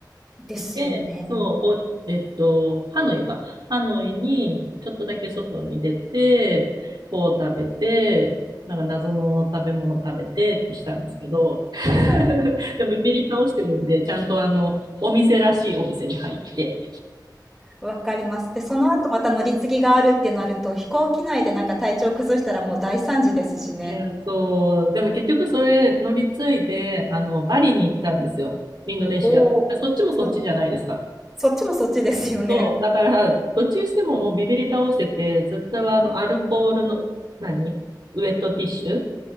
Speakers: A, in the centre; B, on the right (about 70°).
A: ですよね。
B: だけ、そう、ほ、えっと、ハノイか。ハノイに、ちょっとだけ外に出て、こう食べて、なんか謎の食べ物食べてってしたんですけど、<laughs>
A: はい。
B: でもビビり倒してるんで、ちゃんとあの、お店らしいお店に入って。
A: わかります。で、その後また乗り継ぎがあるってなると、飛行機内でなんか体調崩したらもう大惨事ですしね。
B: いや、そう、でも結局それ乗り継いで、あの、バリに行ったんですよ。インドネシア。
A: おお。
B: あそっちもそっちじゃないですか。
A: そ、そっちもそっちですよね。
B: そう、だから、どっちにしてももうビビり倒してて、ずっとあの、アルコールの、何ウェットティッシュ